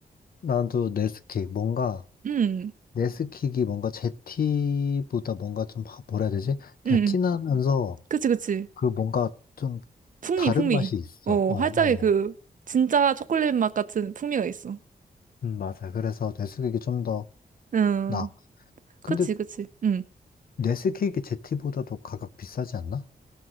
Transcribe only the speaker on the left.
나도 네스킥, 뭔가,
네스킥이 뭔가 제티보다 뭔가 좀, 하- 뭐라 해야 되지? 그냥
진하면서
그 뭔가 좀
다른
맛이 있어.
어,
어.
음, 맞아. 그래서 네스킥이 좀 더
나. 근데
네스킥이 제티보다도 가격 비싸지 않나?